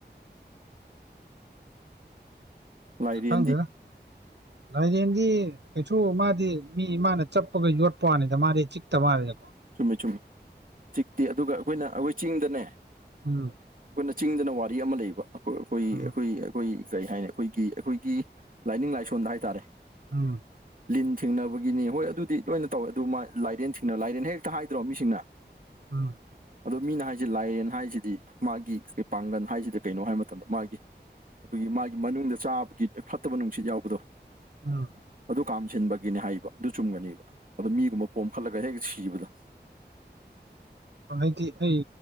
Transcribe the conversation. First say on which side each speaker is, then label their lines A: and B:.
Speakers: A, on the right; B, on the right.
A: ꯂꯥꯏꯔꯦꯟꯗꯤ
B: ꯁꯨꯈꯪꯗꯔ ꯂꯩꯥꯏꯔꯦꯟꯗꯤ ꯀꯩꯁꯨ ꯃꯥꯗꯤ ꯃꯤ ꯃꯥꯅ ꯆꯞꯄꯒ ꯌꯣꯠꯄ ꯋꯥꯅꯤꯗ ꯃꯥꯗꯤ ꯆꯤꯛꯇ ꯃꯥꯜꯂꯦꯗꯀꯣ
A: ꯆꯨꯝꯃꯦ ꯆꯨꯝꯃꯤ ꯆꯤꯛꯇꯦ ꯑꯗꯨꯒ ꯑꯩꯈꯣꯏꯅ ꯑꯩꯈꯣꯏ ꯆꯤꯡꯗꯅꯦ
B: ꯎꯝ
A: ꯑꯩꯈꯣꯏꯅ ꯆꯤꯡꯗꯅ ꯋꯥꯔꯤ ꯑꯃ ꯂꯩꯕ ꯑꯩꯈꯣꯏ ꯑꯩꯈꯣꯏ
B: ꯎꯝ
A: ꯑꯩꯈꯣꯏ ꯑꯩꯈꯣꯏ ꯀꯔꯤ ꯍꯥꯏꯅꯤ ꯑꯩꯈꯣꯏꯒꯤ ꯑꯩꯈꯣꯏꯒꯤ ꯂꯥꯏꯅꯤꯡ ꯂꯥꯏꯁꯣꯟꯗ ꯍꯥꯏꯇꯥꯔꯦ
B: ꯎꯝ
A: ꯂꯤꯟ ꯊꯤꯡꯅꯕꯒꯤꯅꯤ ꯍꯣꯏ ꯑꯗꯨꯗꯤ ꯂꯣꯏꯅ ꯇꯧꯋꯦ ꯑꯗꯨ ꯃꯥ ꯂꯥꯏꯔꯦꯟ ꯊꯤꯡꯅꯕ ꯂꯥꯏꯔꯦꯟ ꯍꯦꯛ ꯍꯥꯏꯗ꯭ꯔꯣ ꯃꯤꯁꯤꯡꯅ
B: ꯎꯝ
A: ꯑꯗꯣ ꯃꯤꯅ ꯍꯥꯏꯁꯤ ꯂꯥꯏꯔꯦꯟ ꯍꯥꯏꯁꯤꯗꯤ ꯃꯥꯒꯤ ꯀꯩ ꯄꯥꯡꯒꯟ ꯍꯥꯏꯁꯤꯗꯤ ꯀꯩꯅꯣ ꯍꯥꯏꯕ ꯃꯇꯝꯗ ꯃꯥꯒꯤ ꯑꯩꯈꯣꯏꯒꯤ ꯃꯥꯒꯤ ꯃꯅꯨꯡꯗ ꯆꯥꯕꯒꯤ ꯐꯠꯇꯕ ꯅꯨꯡꯁꯤꯠ ꯌꯥꯎꯕꯗꯣ
B: ꯎꯝ
A: ꯑꯗꯨ ꯀꯥꯝꯁꯤꯟꯕꯒꯤꯅꯤ ꯍꯥꯏꯕ ꯑꯗꯨ ꯆꯨꯝꯒꯅꯦꯕ ꯑꯗꯣ ꯃꯤꯒꯨꯝꯕ ꯄꯣꯝꯈꯠꯂꯒ ꯍꯦꯛ ꯁꯤꯕꯗꯣ
B: ꯍꯥꯏꯗꯤ ꯑꯩ